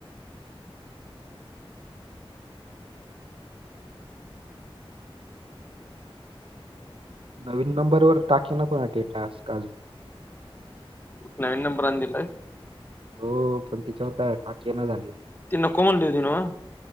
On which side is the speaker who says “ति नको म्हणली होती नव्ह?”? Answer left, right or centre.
Left